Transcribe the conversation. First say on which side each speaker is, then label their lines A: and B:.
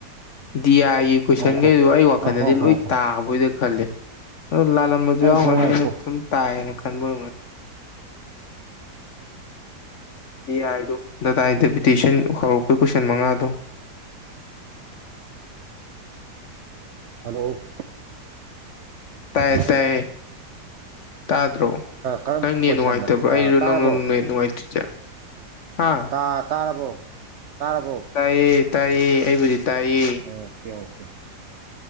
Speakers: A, on the left (about 60°); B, on the right (about 85°).
A: ꯗꯤ ꯑꯥꯏꯒꯤ
B: ꯉꯥꯏꯈꯣꯀꯣ
A: ꯀꯣꯏꯁꯟꯒꯩꯗꯣ ꯑꯩ ꯋꯥꯈꯟꯗꯗꯤ
B: ꯉꯥꯏꯈꯣ ꯉꯥꯏꯈꯣ
A: ꯂꯣꯏ
B: ꯉꯥꯏꯈꯣ
A: ꯇꯥꯕꯣꯏꯗ ꯈꯜꯂꯦ ꯑꯗꯣ ꯂꯥꯜꯂꯝꯕꯖꯨ
B: ꯉꯥꯏꯈꯣ
A: ꯌꯥꯎꯔꯝꯒꯅꯤ
B: ꯉꯥꯏꯈꯣ
A: ꯑꯩꯅ ꯁꯨꯝ ꯇꯥꯏꯌꯦꯅ ꯈꯟꯕ ꯑꯣꯏꯔꯝꯒꯅꯤ ꯗꯤ ꯑꯥꯏꯗꯣ ꯗꯇꯥ ꯏꯟꯇ꯭ꯔꯄꯤꯇꯦꯁꯟ ꯍꯧꯔꯛꯄ ꯀꯣꯏꯁꯟ ꯃꯉꯥꯗꯣ
B: ꯍꯜꯂꯣ
A: ꯇꯥꯏꯌꯦ
B: ꯍꯜꯂꯣ
A: ꯇꯥꯏꯌꯦ ꯇꯥꯗ꯭ꯔꯣ
B: ꯀꯔꯝꯕ
A: ꯅꯪ ꯅꯦꯠ
B: ꯀꯣꯏꯁꯟ
A: ꯅꯨꯡꯉꯥꯏꯇꯕ꯭ꯔꯣ ꯑꯩꯔꯣ ꯅꯪꯂꯣ
B: ꯇꯥꯔꯕꯣ
A: ꯅꯦꯠ ꯅꯨꯡꯉꯥꯏꯇ꯭ꯔꯤꯖꯦ ꯍꯥ
B: ꯑꯥ ꯇꯥꯔꯕꯣ ꯇꯥꯔꯕꯣ
A: ꯇꯥꯏꯌꯦ ꯇꯥꯏꯌꯦ ꯑꯩꯕꯨꯗꯤ ꯇꯥꯏꯌꯦ
B: ꯑꯣꯀꯦ ꯑꯣꯀꯦ